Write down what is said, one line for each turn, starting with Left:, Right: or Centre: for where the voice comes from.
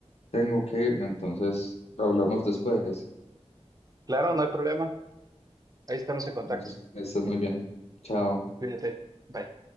Left: Tengo que irme, entonces hablamos después.
Right: Claro, no hay problema. Ahí estamos en contacto.
Left: Entonces, que estés muy bien. Chao.
Right: Cuídate. Bye.